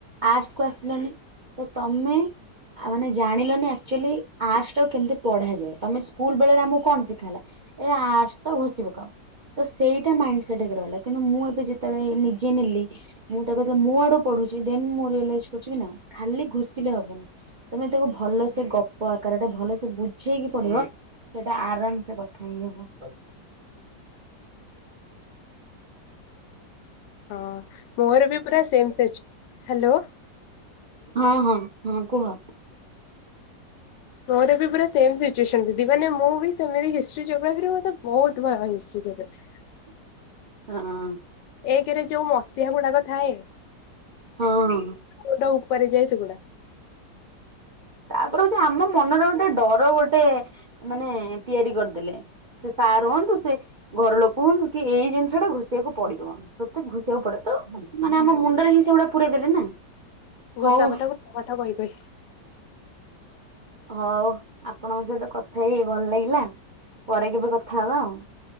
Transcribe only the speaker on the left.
ହଁ, ମୋର ବି ପୁର ସେମ ସେଜ୍, ହାଲୋ
ମୋର ବି ପୁରା ସେମ ସିଚୁଏସନ ଦିଦି, ମାନେ ମୁଁ ବି ସେମିତି ହିଷ୍ଟି ଜୋଗ୍ରାଫି ମୋତେ ବହୁତ ଭୟ ହିଷ୍ଟରି ଯୋଗ୍ରାଫି।
ଏକରେ ଯୋଉ ମସିହା ଗୁଡାକ ଥାଏ
ଜୋଉଟା ଉପରେ ଯାଏ ସେ ଗୁଡା।
<unintelligible>